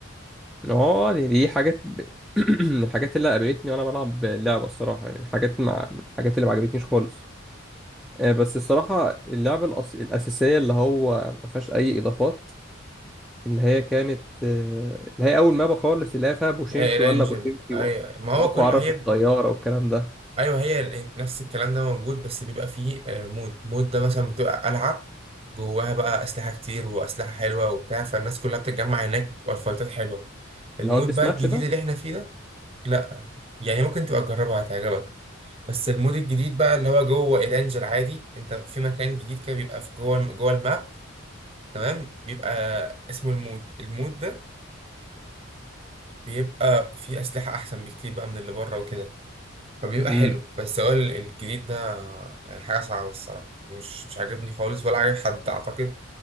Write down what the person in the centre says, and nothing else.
اه دي, دي حاجات ب... <clears throat> من الحاجات اللي قابلتني وانا بلعب اللعبه الصراحه يعني من الحاجات مع من الحاجات اللي ما عجبتنيش خالص آه، بس الصراحه اللعبه الأص... الاساسيه اللي هو ما فيهاش اي اضافات اللي هي كانت آه، اللي هي اول مابا خالص اللي هي فيها بوشينكي
ولا بوشينكي
و...
واقوى
عرف
الطياره والكلام ده
اللي هو الديس
ماتش
ده
امم